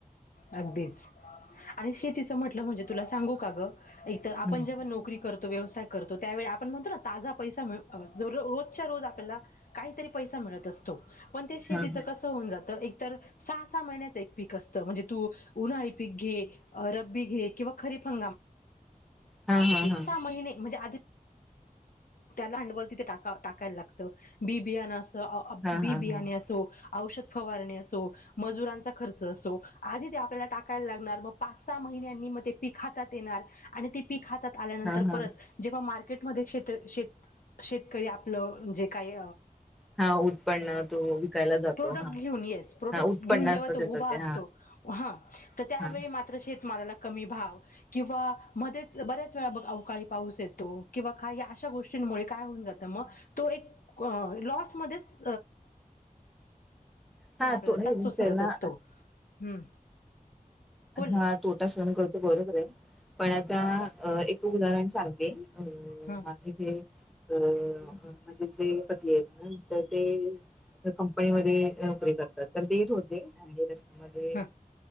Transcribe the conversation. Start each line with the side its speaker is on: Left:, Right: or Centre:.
Left: अगदीच आणि शेतीच म्हटलं म्हणजे तुला सांगू का ग? एक तर आपण
Centre: हा
Left: जेव्हा नोकरी करतो. व्यवसाय करतो त्या वेळी आपण म्हणतो ना ताजा पैसा मीळतो रोजच्या रोज आपल्याला काहीतरी पसा मिळत असतो पण शेतीच
Centre: हा
Left: कस होऊन जात एक तर सहा सहा महिन्याच एक पिक असत म्हण तू उन्हाळी पीक घे रब्बी घे किंवा खरीप <unintelligible> <unintelligible>
Centre: हा
Left: म्हणजे
Centre: हा हा
Left: आधी त्याला भाडवल तिथे टाका टाकायला लागतं बी बियाण
Centre: हा
Left: बी
Centre: हा
Left: बियाने
Centre: हा
Left: असो औषध फवारणी असो मजुरांचा खर्च असो आधी ते आपल्याला टाकायला लागणार मग पाच सहा महि महिन्यांनी मग ते पिक हातात येणार आणि ते पिक हातात आल्यानंतर
Centre: हा हा
Left: परत जेव्हा मा म्केटमध्ये शेत शेतकरी आपलं जे काही
Centre: हा उत्पन्न तो विकायला जातो
Left: प्रोडक्ट
Centre: हा
Left: घेऊन येस प्रोडक्ट
Centre: हा उत्पन्न
Left: घेऊन जेव्हा
Centre: असतं
Left: तो
Centre: त्याच
Left: उभा
Centre: ते
Left: असतो
Centre: हा
Left: ह तर त्यावेळी
Centre: हा
Left: मात्र शेत मलाला कमी भाव किंवा मध्येच बऱ्याच वे अवकाळी पाऊस येतो किंवा का अशा गोष्टी मुळे काय होऊन जात मग तो एक लॉस मधेच
Centre: हा
Left: प आपल्याला
Centre: तो नाही
Left: जास्त
Centre: त्यांना
Left: सरत असतो, हम्म. बोल
Centre: हा
Left: ना
Centre: तोटा सहण करतो बरोबर आहे पण आता एक उदाहरण सांगते. अ
Left: हम्म
Centre: माझे जे अ माझे जे पती आहेत ना ते कंपनीमध्ये नोकरी करतात तर तेच होते आणि मध्ये
Left: हम्म